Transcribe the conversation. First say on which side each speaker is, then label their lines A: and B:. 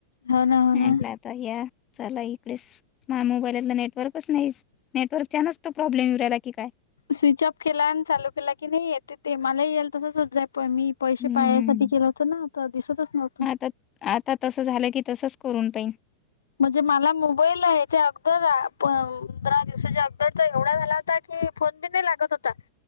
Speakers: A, on the left (about 70°); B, on the left (about 30°).
A: हो ना हो
B: माटलं
A: ना
B: आता या चला इकडेच माय मोबाईलत नेटवर्कच नाहीच. नेटवर्कच्या नच त प्रॉब्लेम येऊ राहिला की काय?
A: स्विच ऑफ केला आणि चालू केला की नाही येते ते मलाही येईल तसंचच जाय प मी... पैसे
B: हम्म
A: पायासाठी
B: हम्म
A: केलं होत ना त दिसतच नव्हतं.
B: आता आता तसं झालं की तसंच करून पाईन.
A: म्हणजे मला मोबाईल आहे आचा अगोदर.. पंधरा दिवसाच्या अगदर तर एवढा झाला होता की फोन बी नाही लागत होता. ‌